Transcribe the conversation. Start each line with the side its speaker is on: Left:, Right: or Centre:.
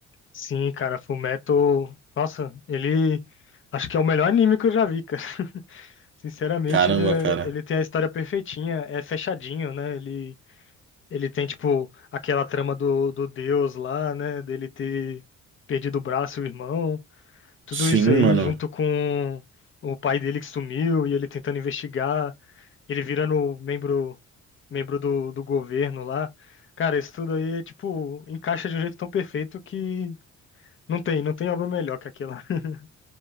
Left: sim, cara, Fullmetal, nossa, ele acho que é o melhor anime que eu já vi, cara. <laughs> Sinceramente,
Right: Caramba,
Left: ele, é-
Right: cara.
Left: ele tem a história perfeitinha, é fechadinho, né? Ele, ele tem, tipo, aquela trama do, do Deus lá, né? Dele ter perdido o braço e o irmão. Tudo
Right: Sim,
Left: isso aí
Right: mano.
Left: junto com o pai dele que sumiu e ele tentando investigar, ele virando membro membro do, do governo lá. Cara, isso tudo aí é tipo, encaixa de um jeito tão perfeito que não tem, não tem obra melhor que aquela. <laughs>